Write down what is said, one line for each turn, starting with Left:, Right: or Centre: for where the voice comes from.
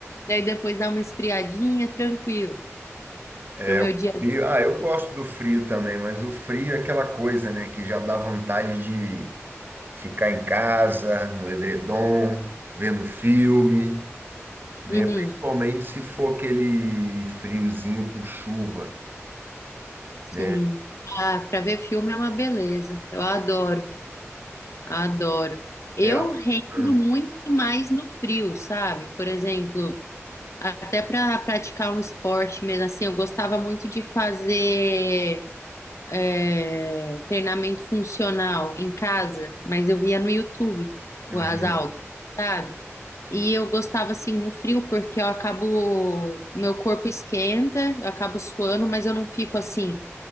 Left: daí depois dá uma esfriadinha, tranquilo.
Right: É,
Left: Pro meu
Right: o
Left: dia.
Right: frio. Ah, eu gosto do frio também, mas o frio é aquela coisa, né, que já dá vontade de ficar em casa, no edredom, vendo filme, né?
Left: Uhum,
Right: Principalmente se for aquele friozinho com chuva,
Left: sim.
Right: né?
Left: Ah, pra ver filme é uma beleza. Eu adoro. Adoro. Eu
Right: É.
Left: rendo
Right: hum,
Left: muito mais no frio, sabe? Por exemplo, até para praticar um esporte mesmo assim, eu gostava muito de fazer é, treinamento funcional em casa, mas eu via no YouTube
Right: uhum,
Left: as aulas, sabe? E eu gostava assim no frio porque eu acabo, meu corpo esquenta, eu acabo suando, mas eu não fico assim